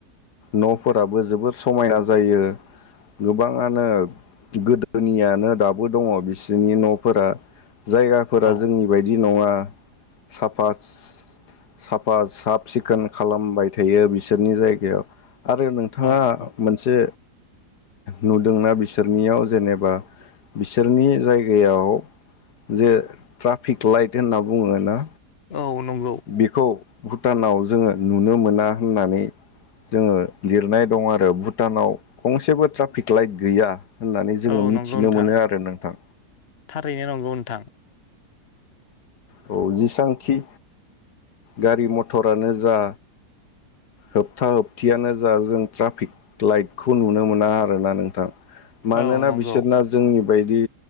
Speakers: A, on the left; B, on the left.
A: न'फोराबो जबोर समायना जायो गोबाङानो गोदोनियानो दाबो दङ' बिसिनि न'फोरा। जायगाफोरा
B: औ
A: जोंनि बायदि नङा साफास साफा साफ सिखोन खालामबाय थायो बिसोरनि जायगायाव। आरो नोंथाङा
B: औ नंगौ
A: मोनसे नुदोंना बिसो सोरनियाव जेनेबा बिसोरनि जायगायाव जे ट्राफिक लाइट होनना बुङो ना
B: औ नंगौ।
A: बेखौ भुटानाव जोङो नुनो मोना होननानै जोङो लिरनाय दं आरो भुटानाव गंसेबो ट्राफिक लाइट गैया होननानै जोङो
B: औ
A: मिथिनो
B: नंगौ नोंथां
A: मोनो आरो नोंथां
B: थारैनो नंगौ नोंथां।
A: औ जेसांखि गारि मथरानो जा होबथा होबथियानो जा जों ट्राफिक लाइटखौ नुनो मोना आरोना नोंथां। मानोना
B: औ नंगौ
A: बिसोरना जोंनि बायदि